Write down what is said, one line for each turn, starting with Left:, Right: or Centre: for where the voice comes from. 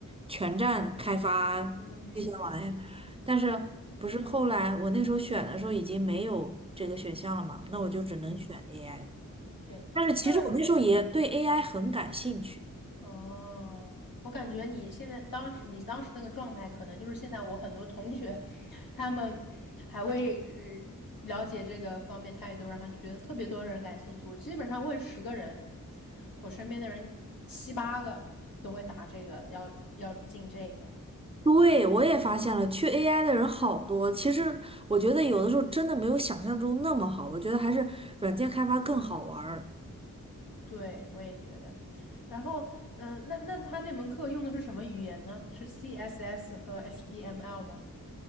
Right: 全站开发
Left: 嗯
Right: 这些玩意儿。但是不是后来我那时候选的时候已经没有这个选项了嘛？那我就只能选
Left: 嗯，
Right: AI。
Left: 对，
Right: 但是其实我那时候也对
Left: 那
Right: AI 很感兴趣。
Left: 哦，我感觉你现在当时你当时那个状态，可能就是现在我很多同学，他们还未呃了解这个方面太多，然后就觉得特别多的人感兴趣。我基本上问十个人，我身边的人七八个都会答这个，要要进这个。
Right: 对，我也发现了，去 AI 的人好多。其实我觉得有的时候真的没有想象中那么好，我觉得还是软件开发更好玩儿。
Left: 对，我也觉得。然后，嗯、呃那那他那门课用的是什么语言呢？是 CSS 和 HTML 吗